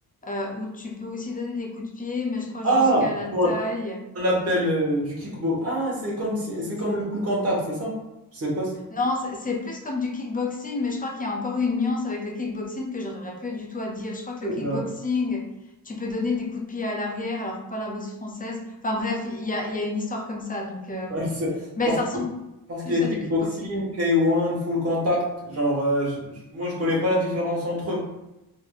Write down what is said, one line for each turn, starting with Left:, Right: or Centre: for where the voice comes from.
Left: euh, où tu peux aussi donner des coups de pied, mais je crois jusqu'à
Right: Ah,
Left: la
Right: ouais.
Left: taille.
Right: On appelle euh, du kickbox. Ah, c'est comme si, c'est
Left: C'est-
Right: comme le full contact, c'est ça? Je sais pas si...
Left: Non, c'est c'est plus comme du kickboxing, mais je crois qu'il y a encore une nuance avec le kickboxing que j'arriverai plus du tout à dire. Je crois que
Right: Eh
Left: le kickboxing,
Right: ben,
Left: tu peux donner des coups de pied à l'arrière, alors que pas la boxe française. Enfin bref, il y a, il y a une histoire comme ça. Donc, euh,
Right: <laughs> ouais, c'est-
Left: mais
Right: parce
Left: ça ressemble
Right: que- parce
Left: plus
Right: qu'il y a kickboxing,
Left: à du kickboxing.
Right: K1, full contact. Genre, euh, je- je- moi, je connais pas la différence entre eux.